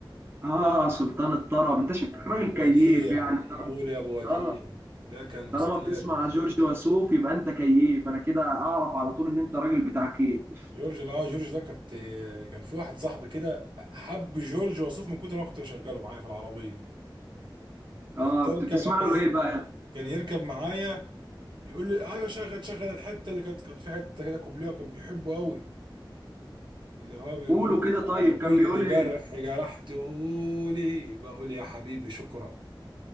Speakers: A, on the right; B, on the right.
A: اه سلطان الطرب انت شكلك
B: آه،
A: راجل
B: ابو
A: كيف
B: وديع
A: يعني طالما
B: قول يا ابو وديع
A: اه
B: ده كان استاذ
A: طالما بتسمع جورج وسوف يبقى انت كيف انا كده اعرف على طول ان انت راجل بتاع كيف
B: جورج انا اه جورج ده كنت كان في واحد صاحبي كده حب جورج وسوف من كتر ما أنا كنت بشغله معايا في العربيه
A: اه
B: كنت اركب
A: كنت بتسمع
B: آه، كان
A: له
B: يركب
A: ايه بقى
B: كان يركب معايا يقول لي ايوه شغل شغل الحته اللي كانت كانت في حته كده كوبليه كان بيحبه قوي اللي هو بيقول
A: قولوا كده طيب
B: على كل
A: كان بيقول ايه
B: جرح جرحته لي بقول يا حبيبي شكرا